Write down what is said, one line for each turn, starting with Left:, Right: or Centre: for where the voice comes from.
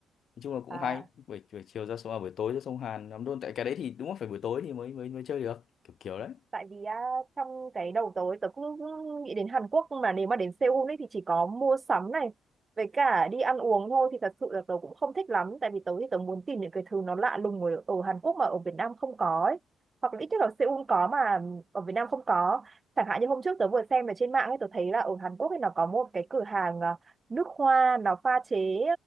Left: nói chung là cũng
Right: à
Left: hay buổi, buổi chiều ra sông à buổi tối ra sông Hàn lắm luôn tại cái đấy thì đúng là phải buổi tối thì mới mới mới chơi được kiểu kiểu đấy
Right: tại vì á, trong cái đầu tớ tớ cũng nghĩ đến Hàn Quốc nhưng mà nếu mà đến Seoul ấy thì chỉ có mua sắm này với cả đi ăn uống thôi thì thật sự là tớ cũng không thích lắm tại vì tớ thì tớ muốn tìm những cái thứ nó lạ lùng ở, ở Hàn Quốc mà ở Việt Nam không có ấy. hoặc là ít nhất là Seoul có mà ở Việt Nam không có chẳng hạn như hôm trước tớ vừa xem ở trên mạng ấy tớ thấy là ở Hàn Quốc ấy nó có một cái cửa hàng à, nước hoa nó pha chế